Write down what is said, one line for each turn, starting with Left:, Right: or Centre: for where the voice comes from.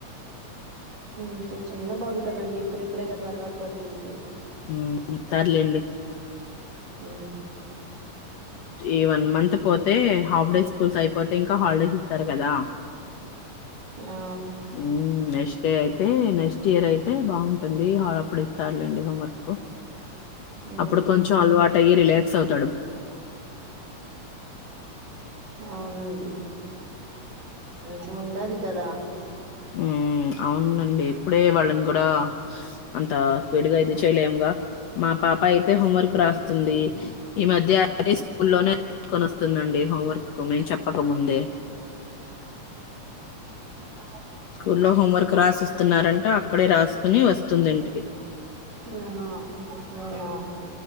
Right: ఉ చిన్న బాబు కాదండి ఇప్పుడిప్పుడే కదా అలవాటు పడుతుంది.
Left: ఉ ఇతర్లెండి
Right: ఉ
Left: ఈ వన్ మంత్ పోతే హాఫ్ డేస్ స్కూల్స్ అయిపోతే ఇంకా హాలిడేస్ ఇస్తారు కాదా
Right: ఆ
Left: ఉమ్ నెక్స్ట్ డే అయితే నెక్స్ట్ నెక్స్ట్ఇయర్ అయితే బాగుంటుంది. అప్పుడు ఇస్తారులేండి హోంవర్క్
Right: మ్మ్
Left: అప్పుడు కొంచెం అలవాటు అయ్యి రిలాక్స్ అవుతు
Right: అవునండి మంచిగా ఉండాలి కాదా
Left: ఉ అవునండి ఇప్పుడే వాళ్ళని గూడా అంత స్పీడ్ గా ఇది చేయలేముగా మా పాప అయితే హోంవర్క్ రాస్తుంది. ఈ మధ్య అన్ని స్కూల్లోనే రాసుకొని వస్తు వస్తుందండి హోంవర్క్ మేము చెప్పకముందే
Right: ద
Left: కులో హోంవర్క్ రాసిస్తున్నారంటే అక్కడే రాసుకొని వస్తుంది ఇంటికి
Right: ఆహా అవునా